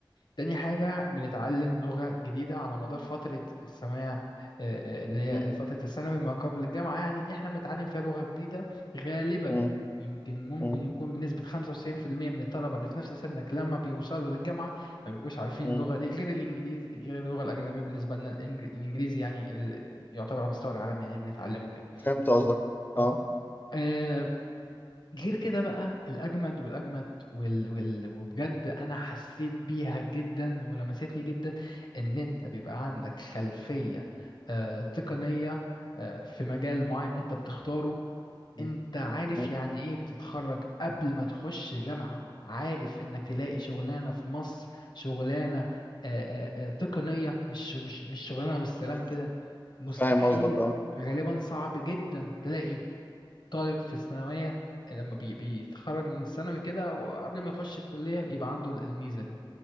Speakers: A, on the left; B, on the left.
A: تاني حاجة بنتعلم لغة جديدة على مدار فترة الثانوية آه، آه، اللي هي
B: مم.
A: فترة الثانوي ما قبل الجامعة يعني دي احنا بنتعلم فيها لغة جديدة غالبا
B: مم.
A: يمكن ممكن
B: مم.
A: يكون بنسبة 95% من الطلبة اللي في نفس سنك لما بيوصلوا للجامعة ما بيبقوش عارفين
B: مم.
A: اللغة دي غير الإنجليزي غير اللغة الأجنبية بالنسبة لنا الإنجل- الإنجليزي يعني ال- يعتبر على مستوى العالم يعني بنتعلمه كده
B: فهمت قصدك
A: اه
B: اه
A: آه، غير كده بقى الأجمد والأجمد وال... وال... وبجد أنا حسيت بيها جدا ولمستني جدا إن أنت بيبقى عندك خلفية آه، تقنية آه، في مجال معين أنت بتختاره
B: مم.
A: أنت عارف
B: مم.
A: يعني إيه بتتخرج قبل ما تخش جامعة عارف إنك تلاقي شغلانة في مصر شغلانة آه، آه، آه، تقنية مش مش مش شغلانة والسلام
B: ايوه
A: كده مستحيل
B: فاهم قصدك اه
A: غالبا صعب جدا تلاقي طالب في الثانوية لما بي بيتخرج من الثانوي كده وقبل ما يخش الكلية يبقى عنده الميزة دي